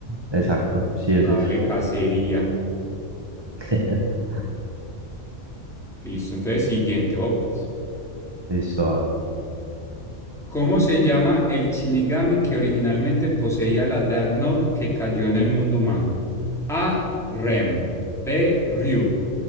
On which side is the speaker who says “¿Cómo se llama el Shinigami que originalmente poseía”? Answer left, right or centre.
Centre